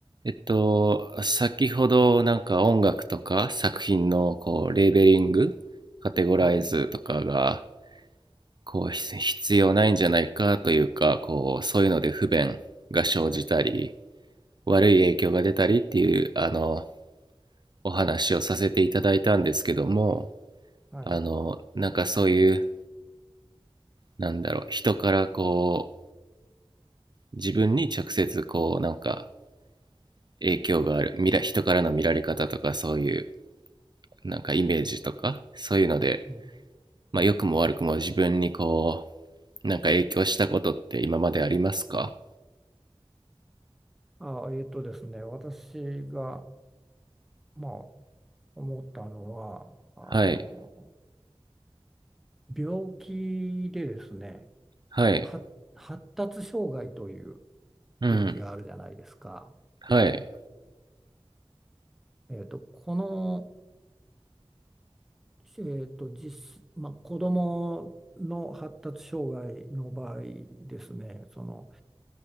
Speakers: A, on the right (about 45°); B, in the centre.
A: えっと、先ほどなんか音楽とか作品のこうレーベリング、カテゴライズとかが
B: はい、
A: こうひ必要ないんじゃないかというか、こうそういうので不便が生じたり、悪い影響が出たりっていうあのお話をさせていただいたんですけども、
B: はい。
A: あのなんかそういうなんだろう人からこう自分に直接こうなんか影響がある、見ら人からの見られ方とかそういうなんかイメージとかそういうので
B: うん
A: まあ、良くも悪くも自分にこう、なんか影響したことって今までありますか
B: あ、えっとですね、私が、まあ、思ったのは、あの、
A: はい、
B: 病気でですね、
A: はい、
B: 発、発達障害という
A: うん、
B: 病気があるじゃないですか。
A: はい、
B: えっと、この、えっと、実、まあ、子供の発達障害の場合ですね、その、